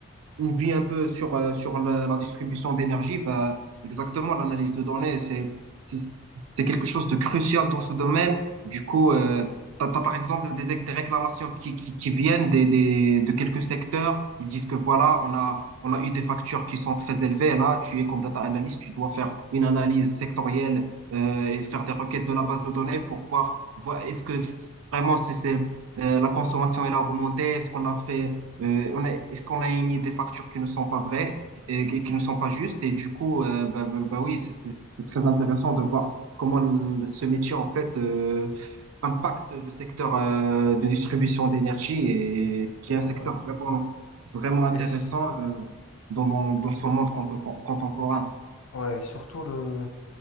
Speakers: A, on the right; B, on the left.
A: une vie un peu sur, euh, sur la, la distribution d'énergie, bah, exactement, l'analyse de données, c'est, c'est, c'est quelque chose de crucial dans ce domaine. Du coup, euh, T'as, t'as, par exemple des, des réclamations qui, qui, qui viennent des, des, de quelques secteurs. Ils disent que voilà, on a, on a eu des factures qui sont très élevées. Là, tu es comme data analyst, tu dois faire une analyse sectorielle euh, et faire des requêtes de la base de données pour voir, voir est-ce que vraiment c'est, c'est, euh, la consommation elle a augmenté, est-ce qu'on a fait, euh, on a, est-ce qu'on a émis des factures qui ne sont pas vraies et, et qui ne sont pas justes. Et du coup, euh, bah, bah, bah oui, c'est, c'est, c'est très intéressant de voir comment le- ce métier en fait. euh, impacte le secteur euh, de distribution d'énergie et
B: Exactement,
A: qui est un secteur
B: ouais.
A: vraiment, vraiment intéressant
B: Et s-
A: euh, dans, dans, dans son monde contempo- contemporain.
B: ouais, surtout le,